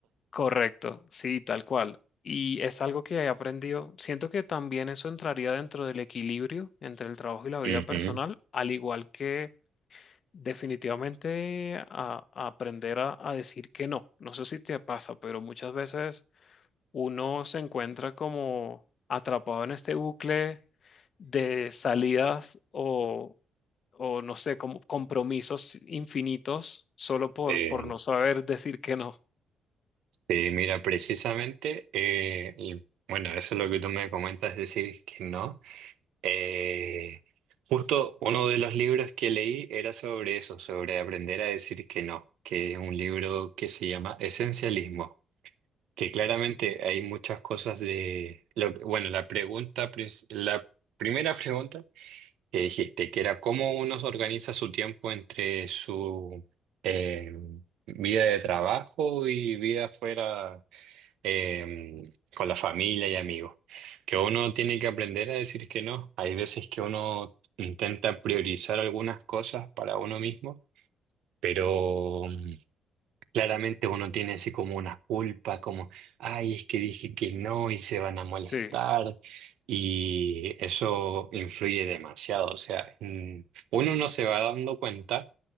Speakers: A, on the left (about 50°); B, on the right (about 80°).
A: Correcto, sí, tal cual. Y es algo que he aprendido. Siento que también eso entraría dentro del equilibrio entre el trabajo y la vida
B: Ujú.
A: personal, al igual que definitivamente a, a aprender a, a decir que no. No sé si te pasa, pero muchas veces uno se encuentra como atrapado en este bucle de salidas o, o no sé, como compromisos infinitos solo por,
B: Sí.
A: por no saber decir que no.
B: Sí, mira, precisamente, eh, y bueno, eso es lo que tú me comentas, es decir, que no. Eh, justo uno de los libros que leí era sobre eso, sobre aprender a decir que no, que es un libro que se llama Esencialismo, que claramente hay muchas cosas de, lo, que- bueno, la pregunta, princ- la primera pregunta que dijiste, que era cómo uno organiza su tiempo entre su eh, vida de trabajo y vida fuera eh, con la familia y amigos. Que uno tiene que aprender a decir que no. Hay veces que uno intenta priorizar algunas cosas para uno mismo, pero mm, claramente uno tiene así como una culpa, como, ay, es que dije que no y se van a molestar.
A: Sí,
B: Y eso influye demasiado. O sea, mm, uno no se va dando cuenta.